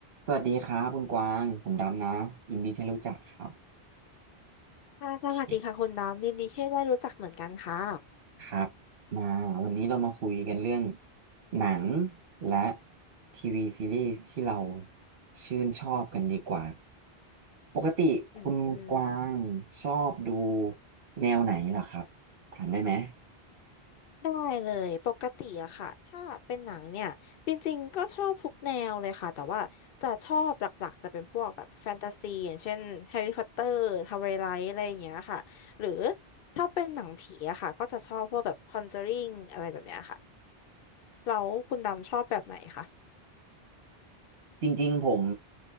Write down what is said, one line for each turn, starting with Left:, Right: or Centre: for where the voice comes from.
Right: สวัสดีครับคุณกวางผมดำนะยินดีที่รู้จักครับ
Left: ค่ะสวัสดีค่ะคุณดำยินดีที่ได้รู้จักเหมือนกันค่ะ
Right: โอเคครับมาวันนี้เรามาคุยกันเรื่องหนังและทีวีซีรีส์ที่เราชื่นชอบกันดีกว่าปกติคุณกวางชอบดู
Left: อืมอืม
Right: แนวไหนเหรอครับถามได้ไหม
Left: ได้เลยปกติอะค่ะถ้าเป็นหนังเนี่ยจริงๆก็ชอบทุกแนวเลยค่ะแต่ว่าจะชอบหลักๆจะเป็นพวกแบบแฟนตาซีอย่างเช่นแฮร์รี่พอตเตอร์ทาวไวไลท์อะไรอย่างเงี้ยค่ะหรือถ้าเป็นหนังผีอะค่ะก็จะชอบพวกแบบคอนเจอริงอะไรแบบเนี้ยค่ะแล้วคุณดำชอบแบบไหนคะ
Right: จริงๆผม